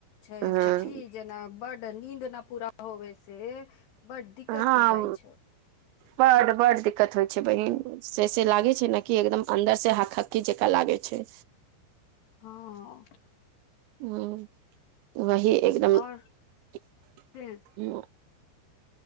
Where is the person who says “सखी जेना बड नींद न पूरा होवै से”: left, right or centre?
Left